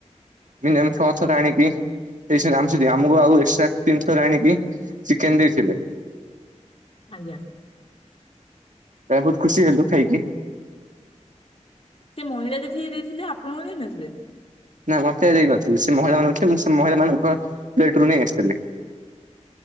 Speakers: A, on the right; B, on the left.
A: ଦିନେ ଏଣୁ ଛଅ ଛଅ ଟା ଆଣିକି ସେଇ ସେ ଆମକୁ ସେମିତି ଆମକୁ ଆଉ ଏକ୍ସଟ୍ରା ତିନି ଥର ଆଣିକି ଚିକେନ୍ ଦେଇଥିଲେ।
B: ଆଜ୍ଞା।
A: ତ ଆମେ ବହୁତ ଖୁସି ହେଲୁ ଖାଇକି।
B: ସେ ମହିଳା ଯେ ଠିକି ଦେଇଥିଲେ ଆପଣଙ୍କୁ ଦେଇ ନଥିଲେ?
A: ନା ମୋତେ ଦେଇନଥିଲେ, ସେ ମହିଳା ମାନଙ୍କ ଖେ-ମୁଁ ସେ ମହିଳା ମାନଙ୍କ ପ୍ଲେଟ୍ ରୁ ନେଇ ଆସିଥିଲି।